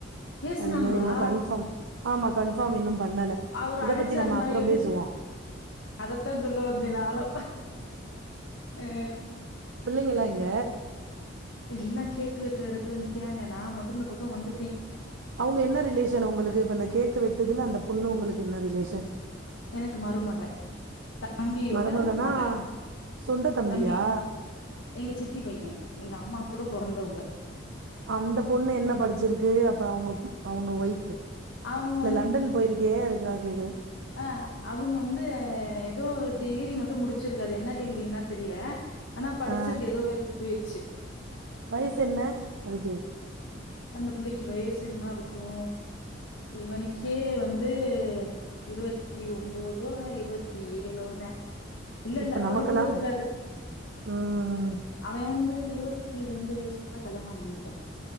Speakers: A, on the left; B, on the right.
A: பேசுனாங்களா
B: அது என்னன்னு இன்னு கன்ஃபார்ம் ஆமா கன்ஃபார்ம் இன்னு பண்ணல
A: அவரு
B: இத
A: அடிச்சாரு
B: பத்தி நம்ம
A: நா
B: அப்புறோ
A: எடுக்
B: பேசுவோ
A: அதத்தா சொல்ல வந்தே நானு அ
B: பிள்ளைங்களா எங்க
A: எல்லா கேக்கு வெட்ற எடத்துல நிக்கறாங்க நா மட்டு இந்த பக்கோ வந்துட்ட
B: அவூங்க என்ன ரிலேஷன் உங்களுக்கு இப்ப இந்த கேக்கு வெட்டுதுல அந்த பொண்ணு உங்களுக்கு என்ன ரிலேஷன்
A: எனக்கு மருமக தம்பியோட
B: மருமகனா
A: மக
B: சொந்த தம்பியா
A: தம்பி எங்க சித்தி பைய எங்க அம்மா கூட பொறந்தவங்க
B: அந்த பொண்ணு என்ன படிச்சிருக்கு அப்ப அவுங்க அவுங்க ஒய்ஃபு
A: அவங்க
B: இல்ல லண்டன் போயிருக்கே அதுக்காக கேக்கறே
A: அ அவுங்க வந்து ஏதோ ஒரு டிகிரி மட்டு முடிச்சிருக்கது என்ன டிகிரின்லா தெரில ஆனா படிச்சிருக்கு
B: ஆ
A: எதோ இதுக்கு போயிர்ச்சு
B: வயசு என்ன அதுக்கு
A: அந்த புள்ளைக்கு வயசு என்ன இருக்கு இவனுக்கே வந்து இருவத்தி ஒம்போதோ இருவத்தி ஏழோதா இல்ல
B: இப்ப
A: இல்ல
B: நமக்கெல்லாம்
A: அவ்ளோ கூட இருக்காது
B: ம்.
A: அவ வந்து இருவத்தி ரெண்டு வயசுக்குல கல்யாணம் பண்ணிட்டா